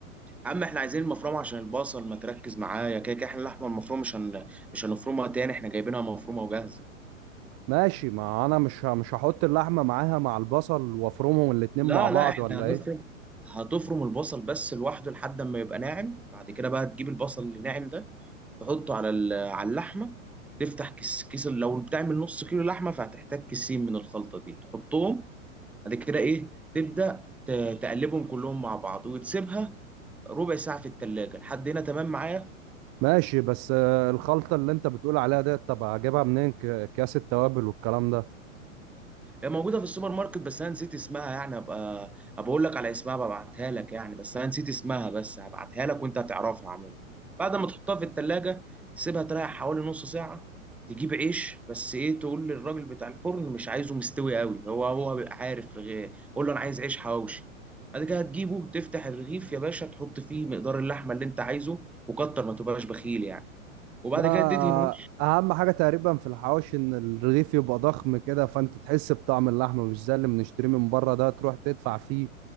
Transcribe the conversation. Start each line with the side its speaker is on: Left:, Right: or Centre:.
Centre: يا عم احنا عايزين المفرمه عشان البصل ما تركز معايا كده كده احنا اللحمه المفرومه مش هن... مش هنفرمها تاني احنا جايبينها مفرومه وجاهزه
Right: ماشي ما انا مش ه- مش هحط اللحمة معاها مع البصل وافرمهم الاتنين
Centre: لا
Right: مع بعض
Centre: لا احنا
Right: ولا
Centre: هنفرم
Right: ايه
Centre: هتفرم البصل بس لوحده لحد ما يبقى ناعم بعد كده بقى تجيب البصل اللي ناعم ده تحطه على ال- على اللحمه تفتح كيس كيس لو بتعمل نص كيلو لحمه فهتحتاج كيسين من الخلطه دي تحطهم بعد كده ايه تبدا ت- تقلبهم كلهم مع بعض وتسيبها ربع ساعه في التلاجة لحد هنا تمام معايا
Right: ماشي بس آه، الخلطة اللي انت بتقول عليها ديت طب اجيبها منين ك- اكياس التوابل والكلام ده
Centre: هي موجودة في السوبر ماركت بس أنا نسيت اسمها يعني أبقى أبقى أقول لك على اسمها ببعتها لك يعني بس أنا نسيت اسمها بس هبعتها لك وأنت هتعرفها عموما بعد ما تحطها في التلاجة تسيبها تريح حوالي نص ساعة تجيب عيش بس إيه تقول للراجل بتاع الفرن مش عايزه مستوي قوي هو هو بيبقى عارف رغي- قول له أنا عايز عيش حواوشي بعد كده هتجيبه تفتح الرغيف يا باشا تحط فيه مقدار اللحمة اللي أنت عايزه وكتر ما تبقاش بخيل يعني وبعد
Right: ده
Centre: كده تدهن وش
Right: اهم حاجه تقريبا في الحواوشي ان الرغيف يبقى ضخم كده فانت تحس بطعم اللحمه مش زي اللي بنشتريه من بره ده تروح تدفع فيه